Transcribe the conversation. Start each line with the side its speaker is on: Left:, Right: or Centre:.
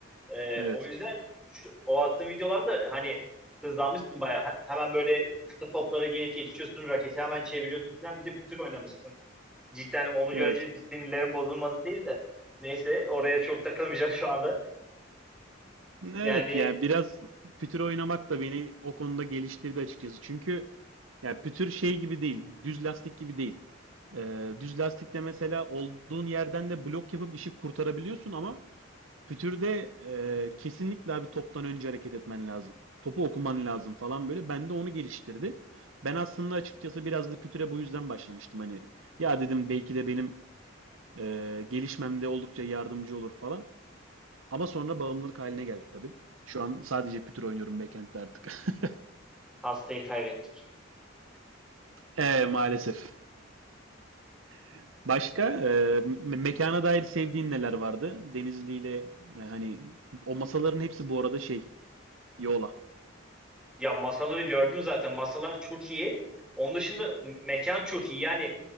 Centre: E,
Right: evet.
Centre: o yüzden şu- o attığın videolarda hani hızlanmışsın bayağı. He- Hemen böyle kısa toplara gelip yetişiyorsun. Raketi hemen çeviriyorsun falan. Bir de pütür oynamışsın. Cidden onu
Right: Evet.
Centre: görünce sinirlerin bozulmadı değil de. Neyse oraya çok takılmayacağım şu anda.
Right: Evet
Centre: Yani
Right: yani biraz pütür oynamak da beni o konuda geliştirdi açıkçası. Çünkü yani pütür şey gibi değil, düz lastik gibi değil. Ee, düz lastikte mesela olduğun yerden de blok yapıp işi kurtarabiliyorsun ama Pütür'de e, kesinlikle abi toptan önce hareket etmen lazım. Topu okuman lazım falan böyle. Ben de onu geliştirdi. Ben aslında açıkçası biraz da Pütür'e bu yüzden başlamıştım. Hani ya dedim belki de benim e, gelişmemde oldukça yardımcı olur falan. Ama sonra bağımlılık haline geldi tabii. Şu an sadece Pütür oynuyorum backend'de artık. <laughs>
Centre: hastayı kaybettik.
Right: E, maalesef. <laughs> Başka e, me- mekana dair sevdiğin neler vardı? Denizli ile e, hani o masaların hepsi bu arada şey, Yola.
Centre: Ya masaları gördüm zaten. Masalar çok iyi. Onun dışında me- mekan çok iyi. Yani